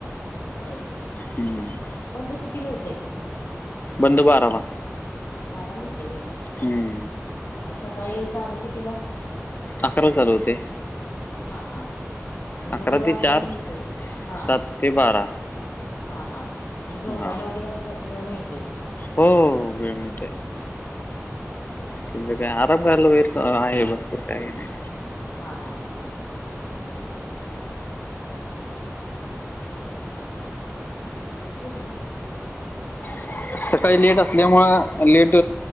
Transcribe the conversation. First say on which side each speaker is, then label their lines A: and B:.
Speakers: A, on the left; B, on the left.
A: होय...
B: हम्म.
A: ह... बंद कितीला होतंय?
B: बंद बाराला.
A: बाराला हुत्या व्हय.
B: हम्म....
A: आणि सकाळी चालू कितिला?
B: अकराला चालू होतंय.
A: हा... हा.. म्हणजे?
B: अकरा
A: वेळ
B: ते
A: आपला
B: चार
A: मिळतोय. हा...
B: सात ते बारा
A: हा... हा... जे झोपायला
B: हा
A: वगैरे अस वेळ मिळतो.
B: हो... वेळ मिळतोय.
A: हम्म... हम्
B: त काय आराम कयला वेर आहे. भरपूर काही नाही.
A: हा... हां <unintelligible> बरं <unintelligible> <unintelligible>
B: <unintelligible> <unintelligible> अस सकाळी लेट असल्यामुळे, लेट